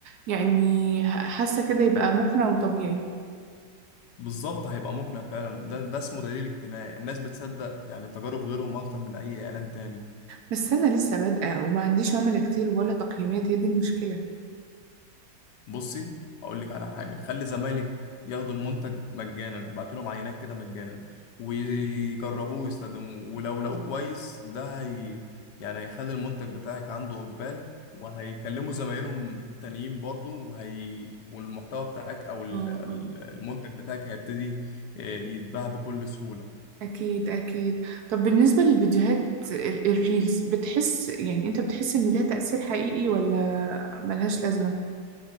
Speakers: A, on the right; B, on the left.
A: يعني ح- حاسه كده يبقى مقنع وطبيعي
B: بالظبط هيبقى مقنع فعلا ده ده اسمه دليل اجتماعي الناس بتصدق يعني تجارب غيرهم اكتر من اي اعلان تاني
A: بس أنا لسه بادئة وما عنديش عملاء كتير ولا تقييمات هي دي المشكلة
B: بصي اقول لك على حاجه خلي زمايلك ياخدوا المنتج مجانا ابعتوا لهم عينات كده مجانا ويجربوه ويستخدموه ولو لقوه كويس ده هي يعني هيخلي المنتج بتاعك عنده اقبال وهيكلموا زمايلهم تانيين برضو وهي والمحتوى بتاعك او ال-
A: اه
B: ال-
A: اه
B: المنتج بتاعك هيبتدي آه، يتباع بكل سهوله
A: أكيد أكيد طب بالنسبة للفيديوهات ال- الريلز بتحس يعني أنت بتحس إن لها تأثير حقيقي ولا ملهاش لازمة؟